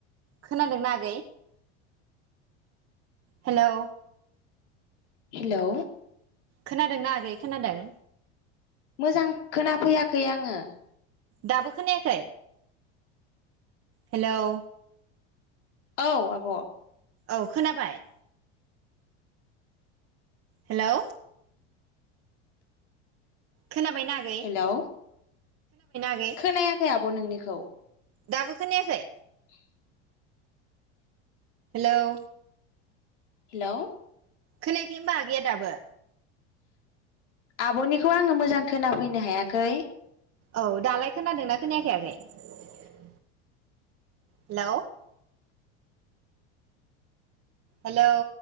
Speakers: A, on the right; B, on the left.
A: खोनादोंना आगै हेलौ
B: हेलौ
A: खोनादोंना आगै खोनादों
B: मोजां खोना फैयाखै आङो
A: दाबो खोनायाखै हेलौ
B: औ आब'
A: औ खोनाबाय हेलौ खोनाबायना आ
B: हेलौ
A: आगै
B: खोनायाखै आब' नोंनिखौ
A: दाबो खोनाखै
B: <inaudible>
A: हेलौ
B: हेलौ
A: खोनायाखै होनबा आगैया दाबो
B: आब'निखौ आङो मोजां खोनाफैनो हायाखै
A: औ दालाय खोनादोंना खोनायाखायाखै आगै हेलौ हेलौ